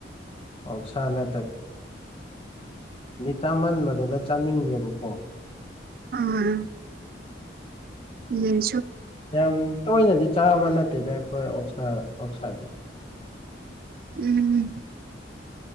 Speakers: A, on the left; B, on the right.
A: ꯑꯧꯁꯥ ꯅ
B: ꯎꯝ
A: ꯆꯥꯃꯟꯕꯗꯨꯗ ꯆꯥꯅꯤꯡꯗ꯭ꯔꯦꯕꯀꯣ
B: ꯎꯝ ꯌꯦ
A: ꯌꯥꯝ ꯇꯣꯏꯅꯗꯤ ꯆꯥꯕ ꯅꯠꯇꯦꯗ ꯑꯩꯈꯣꯏꯁꯥ ꯑꯣꯛꯁꯥꯗꯤ
B: ꯎꯝ